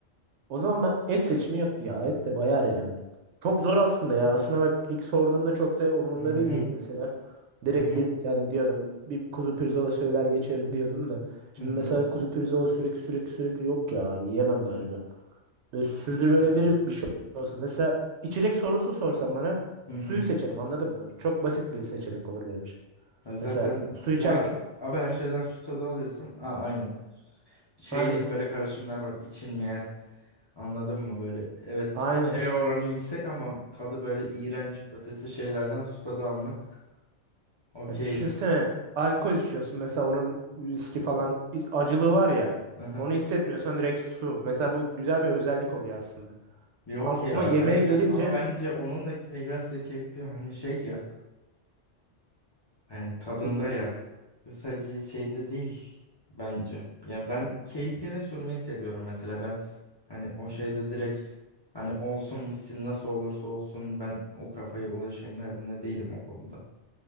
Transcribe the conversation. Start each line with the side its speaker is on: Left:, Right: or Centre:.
Right: O zaman ben et seçimi yap ya. Et de bayar yani. Çok zor aslında ya. Aslında bak ilk sorduğunda çok da umurumda
Left: Hı hı
Right: değildi mesela. Direkt
Left: hı hı
Right: de- yani diyordum bir kuzu pirzola söyler geçerim <laughs> diyordum da. Şimdi
Left: hı hı.
Right: mesela kuzu pirzola sürekli sürekli sürekli yok ya. Yiyemem galiba. Böyle sürdürülebilir
Left: hı
Right: bir şey olsa. Mesela içecek sorusu sorsan bana
Left: hı. hı.
Right: suyu seçerim anladın mı? Çok basit bir seçenek olur benim için.
Left: Ya Zaten
Right: Mesela su içerken
Left: ya, abi her şeyden su tadı alıyorsan aa, aynen şeylik
Right: aynen.
Left: böyle karışımlar var içilmeyen. Anladın mı? Böyle evet
Right: Aynen.
Left: şey oranı yüksek ama tadı böyle iğrenç ötesi şeylerden su tadı almak. Okey.
Right: Ya düşünsene alkol içiyorsun mesela onun viski falan i- acılığı var ya
Left: Aha.
Right: onu hissetmiyorsan direkt su. Mesela bu güzel bir özellik oluyor aslında.
Left: Yok
Right: Ama
Left: ya
Right: yemeğe
Left: bence
Right: gelince
Left: ama bence onun da ki- biraz da keyfi hani şey ya hani tadında
Right: bilmiyorum
Left: ya
Right: yani.
Left: sadece şeyinde değil bence. Ya ben keyfini sürmeyi seviyorum mesela ben hani o şeyde direkt hani olsun bitsin nasıl olursa olsun ben o kafaya ulaşayım derdinde değilim o konuda.